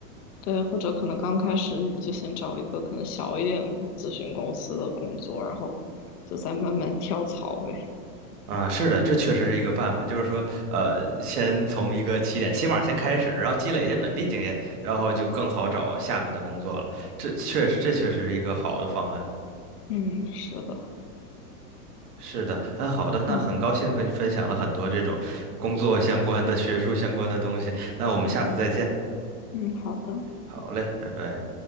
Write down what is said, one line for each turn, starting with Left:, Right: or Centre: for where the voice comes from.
Left: 对，或者可能刚开始你就先找一个可能小一点咨询公司的工作，然后就再慢慢跳槽呗。
Right: 啊，是的，这确实是一个办法，就是说，呃，先从一个起点，起码先开始，然后积累一些本地经验，然后就更好找下面的工作了。这确实，这确实是一个好的方案。
Left: 嗯，是的，
Right: 是的，嗯，好的，那很高兴和你分享了很多这种工作相关的、
Left: 嗯
Right: 学术相关的东西。那我们下次再见。
Left: 嗯嗯，好的。
Right: 好嘞，拜拜。